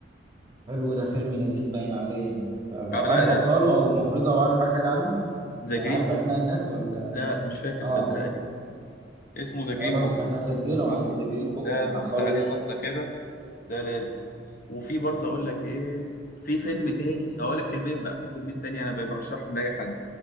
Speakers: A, on the right; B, on the left.
A: حلو ده فيلم لذيذ باين عليه يعني أبقى
B: اه
A: عارف
B: لا
A: ابطاله او مخرجه او عارف اي حاجه عنه
B: ذا
A: يعني
B: جرين
A: عارف
B: بوك
A: اسماء الناس ولا
B: لا مش فاكر
A: اه
B: صدقني
A: اسم
B: اسمه ذا
A: خلاص
B: جرين بوك
A: انا هسجله
B: اه
A: عندي ذا جرين بوك
B: ده
A: انا
B: بص
A: هحضره
B: عليه
A: وش
B: بسطه كده ده لازم وفي برضه اقول لك ايه في فيلم تاني اقول لك فيلمين بقى في فيلمين تاني انا برشحهم لاي حد